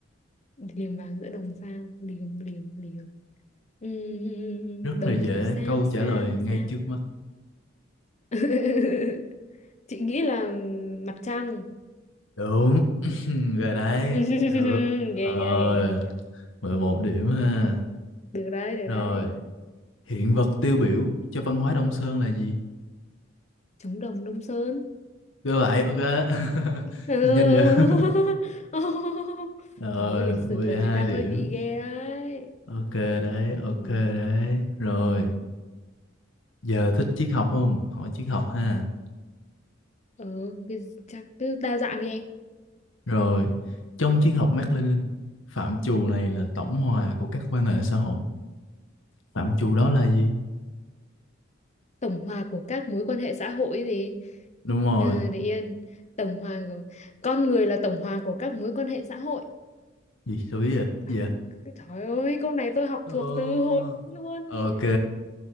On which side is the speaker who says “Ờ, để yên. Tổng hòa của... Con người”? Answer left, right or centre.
Left